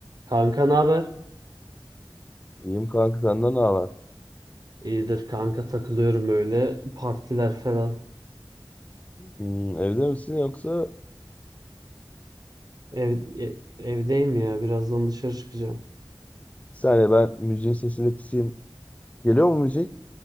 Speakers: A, on the right; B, on the left.
A: Kanka ne haber?
B: İyiyim kanka senden ne haber?
A: İyidir kanka takılıyorum öyle. Partiler falan.
B: Hmm, evde misin yoksa
A: Ev, e- evdeyim ya. Birazdan dışarı çıkacağım.
B: bir saniye ben müziğin sesini kısayım. Geliyor mu müzik